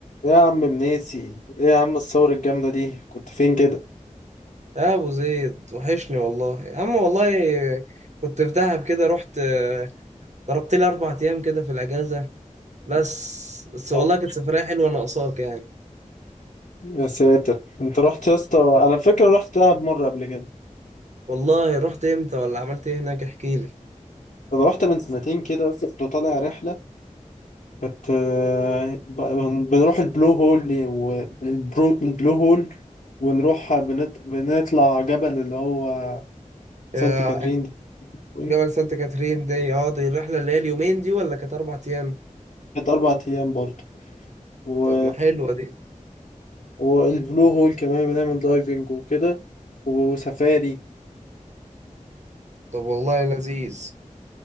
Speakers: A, on the left (about 70°); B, on the right (about 60°).
A: إيه يا عم مناسي ايه يا عم الثورة الجامدة دي كنت فين كده
B: يا ابو زيد وحشني والله يا عم والله كنت في دهب كده رحت آه، ضربت لي اربع ايام كده في الاجازه بس بس والله
A: آه.
B: كانت سفريه حلوه ناقصاك يعني
A: يا ساتر انت رحت يا اسطى انا فاكر رحت دهب مرة قبل كده
B: والله رحت امتى ولا عملت ايه هناك احكي لي
A: انا رحت من سنتين كده بس كنت طالع رحلة كانت آه، ب- بن- بنروح البلو هول والبلو البلو هول ونروح بنت... بنطلع جبل اللي هو سانت
B: آه،
A: كاترين ده إيه؟
B: جبل سانت كاترين دي اه دي الرحله اللي هي اليومين دي ولا كانت اربع ايام
A: كانت أربع أيام برضه و...
B: طب ما حلوه دي
A: والبلو هول كمان بنعمل دايفنج وكده وسفاري
B: طب والله لذيذ